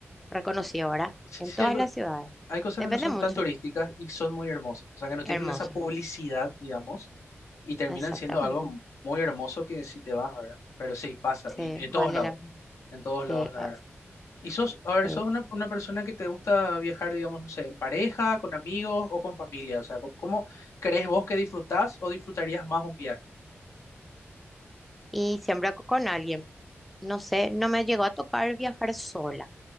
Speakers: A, in the centre; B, on the left.
A: reconocido, ¿verdad?
B: Sí,
A: En
B: sí,
A: todas las ciudades.
B: hay cosas
A: Depende
B: que no son
A: mucho.
B: tan turísticas y son muy hermosas, o sea, que no tienen
A: Hermoso.
B: esa publicidad, digamos, y terminan
A: Exactamente.
B: siendo algo muy hermoso que si te vas, ¿verdad? Pero sí, pasa,
A: Sí,
B: y- en,
A: vale
B: todos lados,
A: la pena.
B: en todos
A: Sí,
B: lados, la
A: ah,
B: verdad. Y sos, a ver,
A: sí.
B: sos una, una persona que te gusta viajar, digamos, no sé, en pareja, con amigos o con familia, o sea, co- ¿cómo crees vos que disfrutás o disfrutarías más un viaje?
A: Y siempre co- con alguien. No sé, no me llegó a tocar viajar sola,